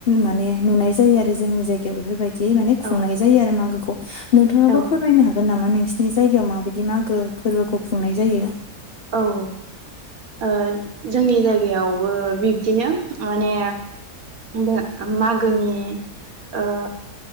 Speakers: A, on the left (about 55°); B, on the right (about 60°).
A: माने नुनाय जायो आरो जोंनि जायगायाव बेफोरबायदि दि माने
B: औ
A: खुंनाय जायो आरो मागोखौ नोंथांङाबो
B: औ
A: फोरमायनो हागोन नामा नों नोंसिनि जायगायाव माबायदि मागो फोरबोखौ खुंनाय जायो?
B: औ ओ जोंनि जायगायावबो बिब्दिनो माने बे मागोनि ओ